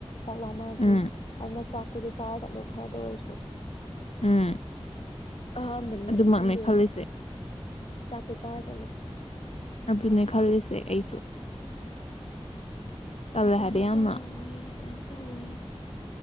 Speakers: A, on the left (about 65°); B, on the left (about 85°).
A: ꯆꯥꯛ ꯂꯥꯝꯃꯛꯑꯗꯤ
B: ꯎꯝ
A: <unintelligible> ꯑꯗꯨꯅ ꯆꯥꯛ ꯑꯗꯨꯗꯤ ꯆꯥꯔ ꯆꯠꯂꯦ ꯈꯔꯗ ꯑꯣꯏꯔꯁꯨ꯫ <unintelligible>
B: ꯎꯝ
A: ꯑꯍꯥꯟꯕꯅꯤꯅ
B: ꯑꯗꯨꯃꯛꯅꯦ
A: ꯈꯪꯗꯦꯗꯅ
B: ꯈꯜꯂꯤꯁꯦ
A: ꯏꯝꯐꯥꯟ ꯆꯠ ꯆꯥꯛꯇꯣ ꯆꯥꯔ ꯆꯠꯂꯨ꯫
B: ꯑꯗꯨꯅꯦ ꯈꯜꯂꯤꯁꯦ ꯑꯩꯁꯨ꯫ ꯇꯜꯂꯦ
A: ꯑꯗꯥꯏꯇꯧꯋꯤ
B: ꯍꯥꯏꯕ ꯌꯥꯝꯅ
A: <unintelligible> ꯑꯗꯥꯏꯇꯧꯋꯤ